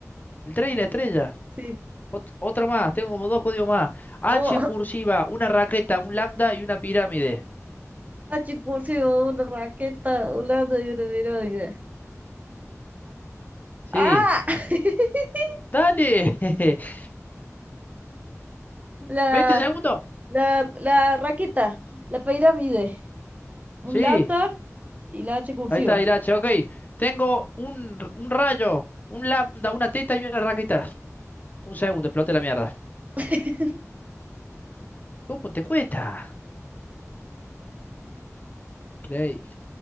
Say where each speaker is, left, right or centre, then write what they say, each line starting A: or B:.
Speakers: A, on the left; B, on the right.
A: El 3 y la estrella.
B: sí
A: Ot- otra más, tengo como dos códigos más. H
B: Oh,
A: en cursiva,
B: <laughs>
A: una raqueta, un lambda y una pirámide.
B: a chico 네. una raqueta 보세요. 오늘 y una 이런
A: Sí.
B: ah <laughs>
A: ¡Dale! <laughs>
B: la,
A: Veinte segundos?
B: la, la raqueta, la pirámide, un
A: Sí.
B: lambda y la H cursiva.
A: Ahí está el H, ok. Tengo un, un rayo, un lambda, una teta y una raqueta. Un segundo, explote la mierda.
B: <laughs>
A: ¿Cómo te cuesta? Increíble.